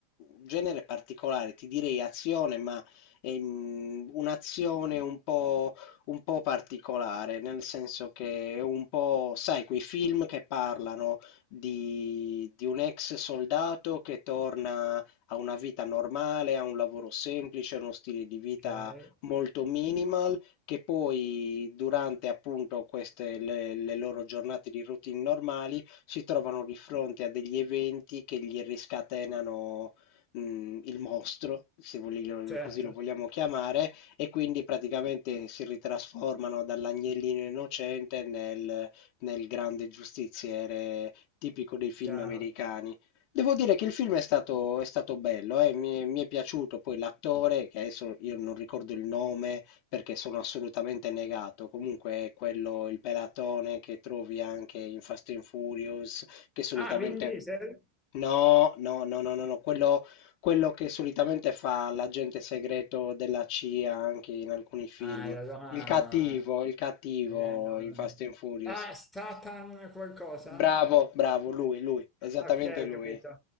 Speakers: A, on the left; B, in the centre.
A: genere particolare, ti direi azione, ma ehm, un'azione un po' un po' particolare, nel senso che è un po', sai, quei film che parlano di, di un ex soldato che torna a una vita normale, a un lavoro semplice, a uno stile di vita
B: Okay,
A: molto minimal, che poi durante appunto queste le, le loro giornate di routine normali si trovano di fronte a degli eventi che gli riscatenano. mh, Il mostro, se voglio-
B: certo,
A: così lo vogliamo chiamare, e quindi praticamente si ritrasformano dall'agnellino innocente nel, nel grande giustiziere tipico dei film
B: chiaro.
A: americani. Devo dire che il film è stato, è stato bello, eh, Mi, mi è piaciuto poi l'attore, che adesso io non ricordo il nome perché sono assolutamente negato, comunque è quello, il pelatone che trovi anche in Fast and Furious, che solitamente...
B: Ah, Vin Diesel?
A: No, no, no, no, no, no, Quello, quello che solitamente fa l'agente segreto della CIA anche in alcuni film.
B: Ah, e allora
A: Il cattivo, il cattivo
B: eh, non
A: in Fast and Furious.
B: ah, Statham qualcosa?
A: Bravo, bravo, lui, lui, esattamente
B: Okay, ho
A: lui.
B: capito.